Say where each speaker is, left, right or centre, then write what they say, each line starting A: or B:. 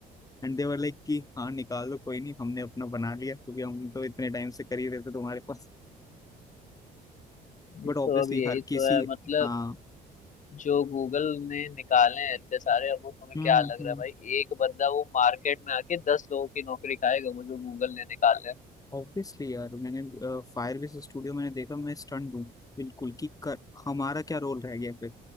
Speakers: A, on the left; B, on the left.
A: एंड दे वर लाइक कि हाँ निकाल दो कोई नहीं हमने अपना बना लिया क्योंकि हम तो इतने टाइम से कर ही रहे थे तुम्हारे पास
B: ये
A: बट
B: तो
A: ऑब्वियसली
B: अब यही
A: हर
B: तो
A: किसी
B: है मतलब
A: हाँ
B: जो गूगल ने निकाले हैं इतने सारे अब वो तुम्हें
A: हम्म
B: क्या
A: हम्म
B: लग
A: हम्म।
B: रहा है भाई एक बंदा वो मार्केट में आके दस लोगों की नौकरी खाएगा वो जो गूगल ने निकाले हैं
A: ऑब्वियसली यार मैंने फायर विस स्टूडियो मैंने देखा मैं स्टंट हूँ बिल्कुल कि कर, हमारा क्या रोल रह गया फिर